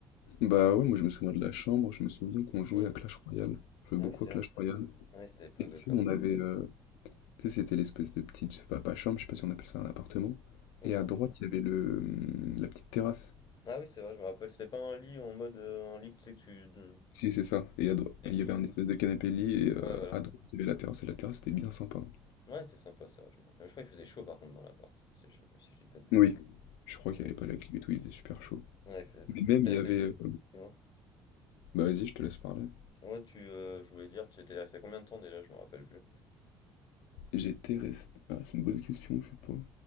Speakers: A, on the left (about 90°); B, on the left (about 45°).
A: bah ouais, moi, je me souviens de la chambre. Je me souviens qu'on jouait
B: Mmh.
A: à Clash Royale. On jouait
B: Ah
A: beaucoup
B: oui, c'est
A: à Clash
B: vrai, c'était
A: Royale.
B: ah oui, c'était l'époque
A: Et tu
B: de
A: sais,
B: Clash
A: on
B: Royale.
A: avait... euh, tu sais, c'était l'espèce de petite... Je sais pas, pas chambre, je sais pas si on appelle ça un appartement. Et
B: Non,
A: à droite,
B: tu
A: il y avait le, hum, la petite terrasse.
B: ah oui, c'est vrai, je me rappelle, c'était pas un lit en mode, heu, un lit, tu sais, que tu de
A: Si, c'est ça. Et à dro-
B: tu dépliais.
A: il y avait un espèce de canapé-lit et euh,
B: Ouais, voilà.
A: à droite, il y avait la terrasse. Et la terrasse, c'était bien sympa. hein.
B: Ouais, c'était sympa ça, je me rappelle. Je crois qu'il faisait chaud par contre dans l'appart, si j'ai si je dis pas de bêtises.
A: Oui. Je
B: Il
A: crois
B: faisait
A: qu'il n'y avait pas la clim et tout, il faisait super chaud.
B: ouais, il faisait très,
A: Mais
B: très
A: même,
B: tu
A: il
B: es resté
A: y avait... euh,
B: dis-moi?
A: Bah vas-y, je te laisse parler.
B: Ouais, tu, heu, je voulais dire, tu étais resté combien de temps déjà? Je me rappelle plus.
A: J'étais resté... Ah, c'est une bonne question, je sais pas.